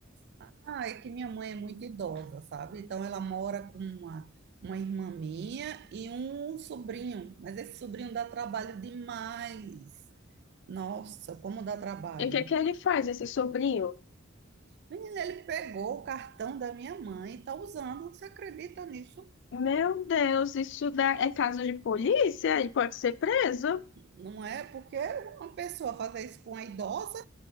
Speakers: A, on the right (about 55°); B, on the left (about 60°).
A: Ah, é que minha mãe é muito idosa, sabe? Então ela mora com uma, uma irmã minha e um sobrinho, mas esse sobrinho dá trabalho demais. Nossa, como dá trabalho.
B: E o que é que ele faz, esse sobrinho?
A: Menina, ele pegou o cartão da minha mãe e está usando. Você acredita nisso?
B: Meu Deus, isso dá... é caso de polícia? Ele pode ser preso?
A: Não é? Porque uma pessoa fazer isso com a idosa.